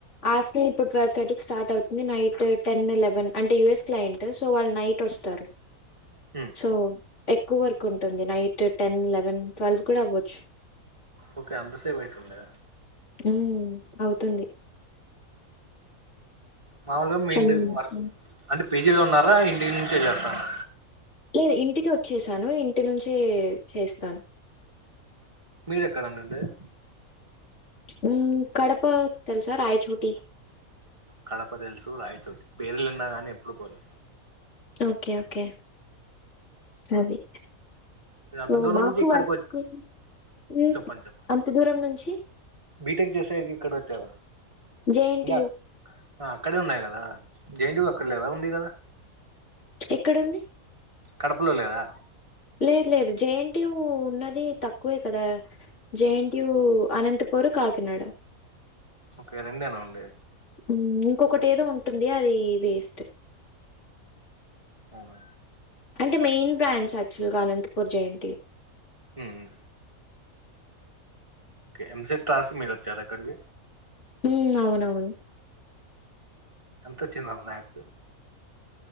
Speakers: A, on the left; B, on the right.
A: ఆఫ్ర్ూన్ ఇప్పుడు ట్వెవ్ థర్టీకి స్టార్ట్ అవుతుంది నైట్ టెన్ ఎలెవెన్ అంటే యుఎస్ క్లయింట్ సో వాళ్ళు నైట్ <unintelligible> ట్టొస్తారు
B: ఉం
A: సో ఎక్కువ వర్క్ ఉంటుంది నైట్ టెన్ లెవెన్ ట్వెల్వ్ కూడా అవ్వచ్చు
B: ఓకే అంతసేపూ పెట్టిండా
A: ఉం అవుతుంది
B: మామూలుగా మీ
A: చాలా
B: ఇంటి
A: వరకు.
B: వర్క్ అంటే పేజీలు ఉన్నారా ఇంటి నుంచే చేస్తారా
A: లేదు ఇంటికి వచ్చేసాను ఇంటి నుంచి చేస్తాను
B: మీరు ఎక్కడ అండీ ఉండేది
A: మీ కడప తెలుసా రాయ చోటి
B: కడప తెలుసు రాయిచోటి పేర్లున్నా గానీ ఎప్పుడు పోలే
A: ఓకే ఓకే అది
B: మీరు అంత
A: సో
B: దూరం
A: మాకు
B: నుంచి ఇక్కడికి
A: వర్క్
B: వచ్చి
A: ఉం
B: చెప్పండి చెప్పండి
A: అంత దూరం నుంచి
B: బీటెక్ చేసేకి ఇక్కడ వచ్చారా
A: జె ఎన్
B: ఇంకా
A: టి యు
B: ఆ అక్కడే ఉన్నాయి కదా జె ఎన్ టి యు అక్కడ లేద ఉంది కదా
A: ఎక్కడ ఉంది
B: కడపలో లేదా
A: లేదు లేదు జే ఎన్ టి యు ఉన్నది తక్కువే కదా జెఎన్టియు అనంతపూర్ కాకినాడ
B: ఓకే రెండేనా అండి
A: ఉం ఇంకొకటి ఏదో ఉంటుంది అది వేస్ట్
B: అవునా
A: అంటే మెయిన్ బ్రాంచ్ యాక్చువల్గా Anantapur J N T U
B: ఉం ఓకె ఎంసెట్ మీరు వచ్చారు అక్కడికి
A: ఉం అవునవును
B: ఎంతోచింది ర్యాకు